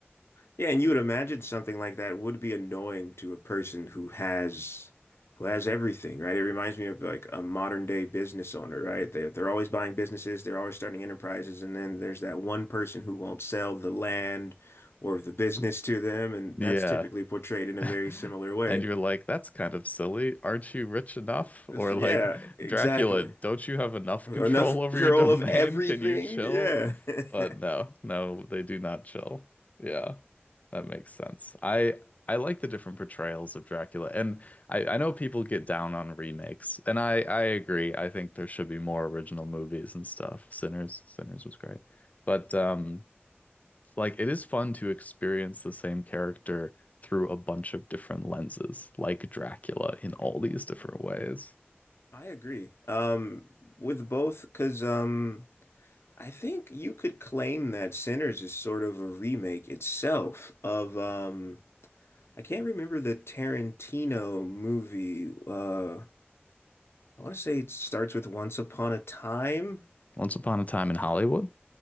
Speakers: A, on the left; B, on the left.
A: Yeah, and you would imagine something like that would be annoying to a person who has who has everything, right? It reminds me of like a modern day business owner, right? They they're always buying businesses, they're always starting enterprises, and then there's that one person who won't sell the land or the business to them, and
B: Yeah.
A: that's typically portrayed in a
B: <laughs>
A: very similar way.
B: And you're like, that's kind of silly. Aren't you rich enough?
A: <laughs>
B: Or
A: Yeah,
B: like,
A: exactly.
B: Dracula, don't you have enough
A: Enough
B: control over
A: <laughs> girl
B: your domain?
A: of everything.
B: <laughs> Can you chill?
A: Yeah. <laughs>
B: But no, no, they do not chill. Yeah, that makes sense. I I like the different portrayals of Dracula. And I, I know people get down on remakes, and I I agree. I think there should be more original movies and stuff. Sinners, Sinners was great. But um like it is fun to experience the same character through a bunch of different lenses, like Dracula in all these different ways.
A: I agree. Um, with both, because um, I think you could claim that Sinners is sort of a remake itself of um, I can't remember the Tarantino movie. Uh, I want to say it starts with Once Upon a Time.
B: Once upon a time in Hollywood.